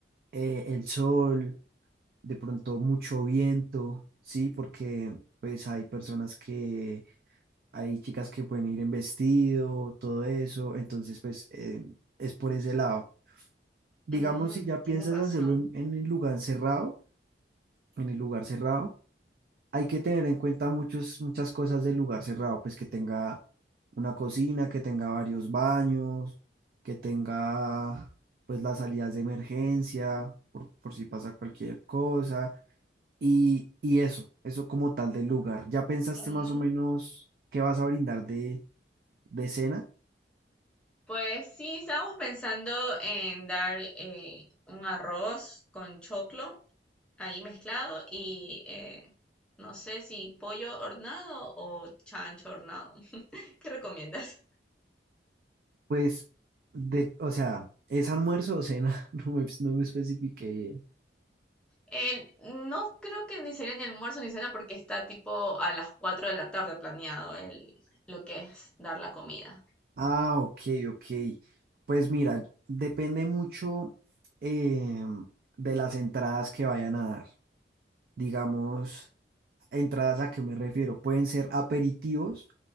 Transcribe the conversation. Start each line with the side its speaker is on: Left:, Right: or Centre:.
Right: eh, el sol, de pronto mucho viento, ¿sí? Porque pues hay personas que, hay chicas que pueden ir en vestido, todo eso, entonces pues eh, es por ese lado. Digamos,
Centre: Mm,
Right: si ya
Centre: tienes
Right: piensas
Centre: razón.
Right: hacerlo en, en el lugar cerrado, en el lugar cerrado, hay que tener en cuenta muchos, muchas cosas del lugar cerrado, pues que tenga una cocina, que tenga varios baños, que tenga pues las salidas de emergencia, por, por si pasa cualquier cosa, y, y eso, eso como tal del lugar. ¿Ya pensaste
Centre: Mm,
Right: más o menos qué vas a brindar de, de cena?
Centre: pues sí, estábamos pensando en dar eh, un arroz con choclo ahí mezclado y eh, no sé si pollo hornado o chancho hornado. <laughs> ¿Qué recomiendas?
Right: Pues, de, o sea, ¿es almuerzo o cena? <laughs> No me, no me especifiqué bien.
Centre: El- no creo que ni sería ni almuerzo ni cena porque está tipo a las 4 de la tarde planeado el, lo que es dar la comida.
Right: Ah, ok, ok. Pues mira, depende mucho em, de las entradas que vayan a dar. Digamos, entradas a qué me refiero. Pueden ser aperitivos